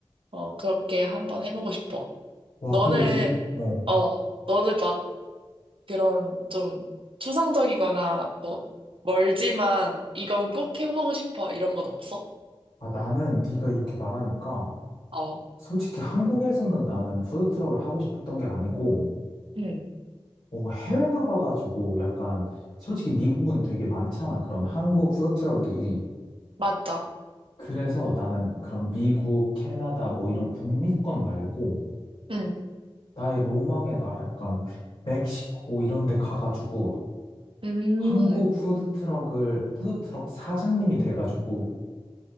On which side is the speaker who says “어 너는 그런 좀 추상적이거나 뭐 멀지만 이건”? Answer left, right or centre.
Right